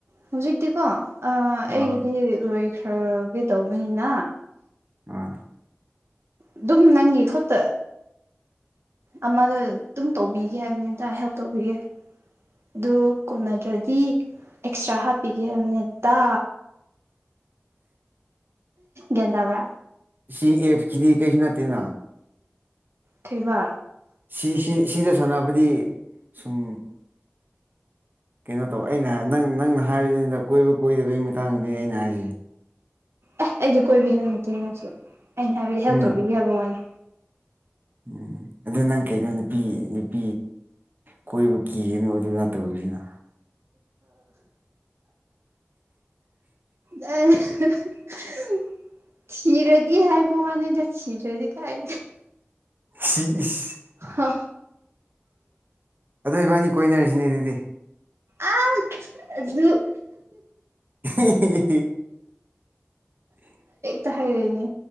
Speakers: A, on the right; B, on the right.
A: ꯍꯧꯖꯤꯛꯇꯤꯀꯣ ꯑꯩꯒꯤꯗꯤꯂꯣꯏ
B: ꯑꯥ
A: ꯈꯔ ꯀꯩ ꯇꯧꯕꯅꯤꯅ
B: ꯑꯥ
A: ꯑꯗꯨꯝ ꯅꯪꯒꯤ ꯈꯛꯠ ꯑꯃꯗ ꯑꯗꯨꯝ ꯇꯧꯕꯤꯒꯦ ꯍꯥꯏꯕꯅꯤꯗ ꯍꯦꯜꯞ ꯇꯧꯕꯤꯒꯦ ꯑꯗꯨ ꯀꯣꯟꯅꯗ꯭ꯔꯗꯤ ꯑꯦꯛꯁꯇ꯭ꯔꯥ ꯍꯥꯞꯄꯤꯒꯦꯍꯥꯝꯅꯤꯇꯥ ꯒꯦꯟꯠꯕꯔꯥ
B: ꯁꯤ ꯑꯦꯞꯀꯤꯗꯤ ꯀꯩꯁꯨ ꯅꯠꯇꯦꯅ
A: ꯊꯕ
B: ꯁꯤ ꯁꯤ ꯁꯤꯗ ꯁꯥꯟꯅꯕꯗꯤ ꯁꯨꯝ ꯀꯩꯅꯣ ꯇꯧꯕ ꯑꯩꯅ ꯅꯪ ꯅꯪꯅ ꯍꯥꯏꯕꯗꯨꯗ ꯀꯣꯏꯕ ꯀꯣꯏꯗꯕꯒꯤ ꯃꯇꯥꯡꯗꯨꯗꯅꯤ ꯑꯩꯅ ꯍꯥꯏꯔꯤ
A: ꯑꯦ ꯑꯩꯗꯤ ꯀꯣꯏꯕꯤ ꯍꯦ ꯅꯠꯇꯦꯅꯁꯨ ꯑꯩꯅ ꯍꯥꯏꯕꯗꯤ ꯍꯦꯜꯞ
B: ꯎꯝ
A: ꯇꯧꯕꯤꯒꯦ ꯍꯥꯏꯕ ꯋꯥꯅꯦ
B: ꯎꯝ ꯑꯗꯨ ꯅꯪ ꯀꯩꯅꯣ ꯅꯨꯄꯤ ꯅꯨꯄꯤ ꯀꯣꯏꯕ ꯀꯤꯒꯅꯨ ꯑꯗꯨ ꯉꯥꯛ ꯇꯧꯁꯤꯅ
A: <unintelligible> ꯊꯤꯔꯗꯤ ꯍꯥꯏꯕ ꯃꯥꯅꯤꯗ ꯊꯤꯔꯗꯤ ꯀꯥꯏꯅꯤ
B: <inaudible>
A: ꯍ
B: ꯑꯗꯨ ꯏꯕꯥꯅꯤ ꯀꯣꯏꯅꯔꯤꯁꯤꯅꯦ ꯑꯗꯨꯗꯤ
A: ꯑ ꯑꯗꯨ
B: <inaudible>
A: ꯇꯥꯍꯥꯏꯔꯛꯏꯅꯦ